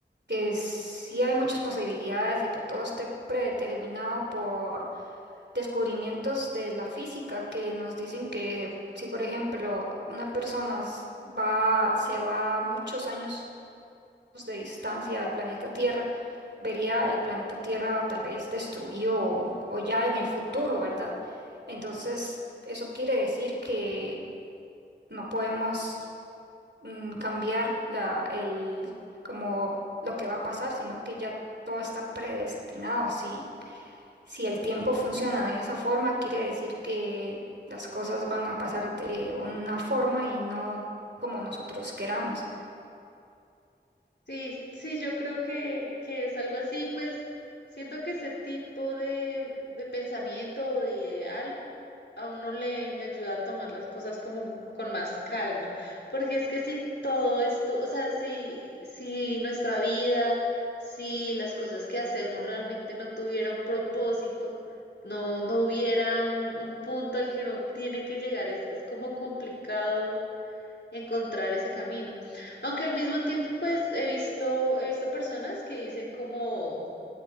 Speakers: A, on the right; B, on the left.
A: que sí hay muchas posibilidades de que todo esté predeterminado por descubrimientos de la física que nos dicen que si por ejemplo una persona s- va se va a muchos años de distancia al planeta Tierra, vería el planeta Tierra tal vez destruido o, o ya en el futuro, ¿verdad? Entonces, eso quiere decir que no podemos mm, cambiar la, el, como lo que va a pasar, sino que ya todo está predestinado. Si, si el tiempo funciona de esa forma, quiere decir que las cosas van a pasar de una forma y no como nosotros queramos.
B: Sí, sí, yo creo que, que es algo así, pues siento que ese tipo de, de pensamiento o de ideal a uno le, le ayuda a tomar las cosas como con más calma, porque es que si todo esto, o sea, si, si nuestra vida, si las cosas que hacemos realmente no tuviera un propósito, no, no hubiera un, un punto al que uno tiene que llegar, es, es como complicado encontrar ese camino. Aunque al mismo tiempo, pues he visto, he visto personas que dicen como